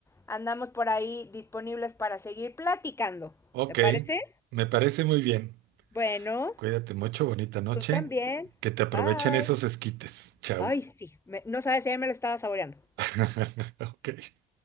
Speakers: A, on the left; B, on the right.
A: andamos por ahí disponibles para seguir platicando.
B: ok.
A: ¿Te parece?
B: Me parece muy bien.
A: Bueno,
B: Cuídate mucho, bonita noche.
A: tú también.
B: Que te aprovechen
A: Bye.
B: esos esquites. Chao.
A: Ay, sí. Me- no sabes si ya me lo estaba saboreando.
B: <laughs> Ok.